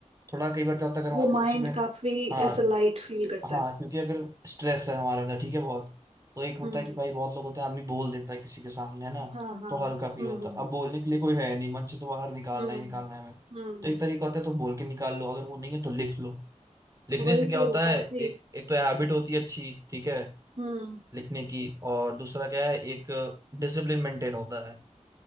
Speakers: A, on the right; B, on the right.
A: थोड़ा कई बार क्या होता है अगर
B: वो
A: हमारे
B: माइंड
A: किसी चीज़ में
B: काफी
A: हाँ
B: ऐसा लाइट फील करता
A: हाँ
B: है
A: क्योंकि अगर स्ट्रेस है हमारे अंदर ठीक है बहुत तो एक होता
B: हम्म
A: है कि भाई बहुत लोग होते हैं आदमी बोल देता है किसी के सामने है ना
B: हाँ हाँ
A: तो हल्का फील
B: हम्म
A: होता है अब बोलने के लिए कोई है नहीं मन से तो बाहर निकालना
B: हम्म
A: ही निकालना है हमें
B: हम्म
A: तो एक तरीका होता है तो बोल के निकाल लो अगर वो नहीं है तो लिख लो लिखने
B: वही
A: से क्या
B: तो
A: होता
B: काफी
A: है एक एक तो हैबिट होती है अच्छी ठीक है
B: हम्म
A: लिखने की और दूसरा क्या है एक डिसिप्लिन मेंटेन होता है